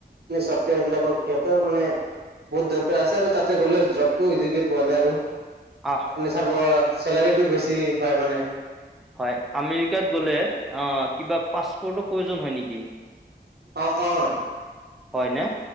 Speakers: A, on the right; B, in the centre.
A: চফ্টৱেৰ বিলাকক সিহঁতৰ মানে বহুত দৰকাৰ
B: অ',
A: আছে আৰু তাতে গ'লে জবটো ইজিকে পোৱা যায় আৰু
B: আহ।
A: আপুনি চাব চেলাৰীটো বেছি হয় মানে
B: হয় আমেৰিকাত গ'লে অ, কিবা পাছপৰ্টৰ প্ৰয়োজন হয় নেকি?
A: অ', অ'।
B: হয় না?